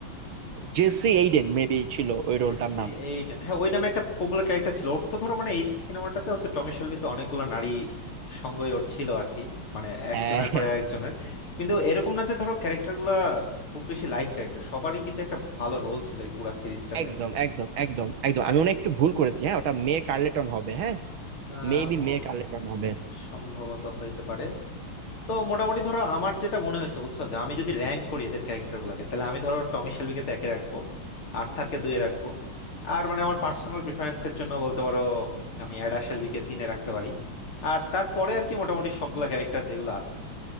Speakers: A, on the right; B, on the left.
A: জেসি এইডেন মেবি ছিল ওই রোলটার
B: জেসি
A: নাম
B: এইডেন হ্যাঁ ওই নামে একটা পপুলার ক্যারেক্টার ছিল ওর তো ধরো মানে এই সিনেমাটাতে হচ্ছে টমি তো অনেকগুলো নারী সঙ্গই ওর ছিল আর কি মানে একজনের
A: হ্যাঁ হ্যাঁ।
B: পরে একজনের কিন্তু এরকম না যে ধরো ক্যারেক্টার গুলা খুব বেশি লাইট ক্যারেক্টার সবারই কিন্তু একটা ভালো রোল ছিল এই পুরা সিরিজটাতে
A: একদম একদম একদম একদম আমি মনে হয় একটু ভুল করেছি হ্যাঁ ওটা মে কার্লেটন হবে হ্যাঁ
B: আহ,
A: মেবি
B: ম-
A: মে কার্লেটন হবে
B: সম্ভবত হইতে পারে তো মোটামুটি ধরো আমার যেটা মনে হয়েছে বুঝছো যে আমি যদি র্যাঙ্ক করি এদের ক্যারেক্টার গুলাকে তাহলে আমি ধরো টমি শেলবিকে তো একে রাখবো আর্থারকে দুয়ে রাখবো আর মানে আমার পার্সোনাল প্রিফারেন্সের জন্য বলতে পারো আমি অ্যাডা শেলবিকে তিনে রাখতে পারি আর তারপরে আর কি মোটামুটি সবগুলা ক্যারেক্টার যেগুলো আছে